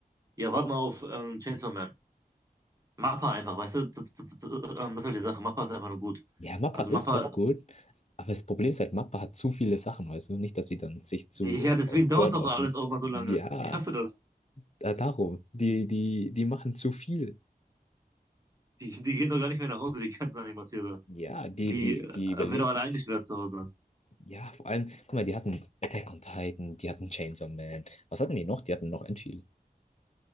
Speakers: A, on the right; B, on the left.
A: Ja, warte mal auf ähm, Chainsaw Man. Mappa einfach, weißt du? Das, das, das, ähm, das ist halt die Sache. Mappa ist einfach nur gut.
B: Ja, Mappa
A: Also
B: ist
A: Mappa,
B: auch gut, aber das Problem ist halt, Mappa hat zu viele Sachen, weißt du? Nicht, dass sie dann sich zu
A: ja, deswegen
B: äh,
A: dauert
B: burnouten.
A: doch alles auch mal so
B: Ja,
A: lange. Ich hasse das.
B: da- darum. Die, die, die machen zu viel.
A: Die, die gehen doch gar nicht mehr nach Hause, die ganzen Animateure.
B: Ja, die,
A: Die
B: die,
A: äh,
B: die überleben.
A: werden doch alle eingesperrt zu Hause.
B: Ja, vor allem, guck mal, die hatten Attack on Titan, die hatten Chainsaw Man. Was hatten die noch? Die hatten noch ein viel.